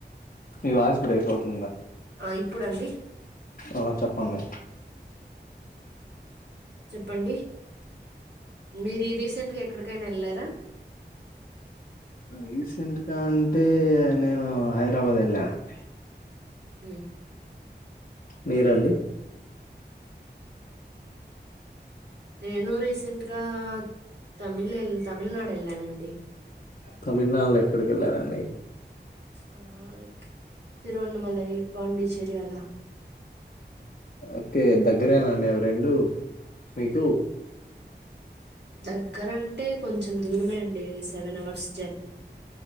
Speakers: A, on the left; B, on the right.
A: ఈవాయిస్ బ్రేక్ అవుతు
B: ఆ ఇప్పుడుండి
A: ఆ చెప్పండి
B: చెప్పండి మీరు ఈ రీసెంట్ గా ఎక్కడికైనా వెళ్ళారా
A: రీసెంట్గా అంటే నేను హైదరాబాద్ వెళ్ళానుండి
B: హ
A: మీరండి
B: నేను రీసెంట్గా తమిల్ ఎల్లి తమిళనాడు వెళ్ళానండి
A: తమిళనాడులో ఎక్కడికి వెళ్ళారండి
B: ఆ లైక్ తిరువణమల పాండిచ్చేరి అలా
A: ఓకే దగ్గరేనా అండి ఎవ రెండు మీకు
B: దగ్గరంటే కొంచెం దూరమే అండి సెవెన్ అవర్స్ జర్నీ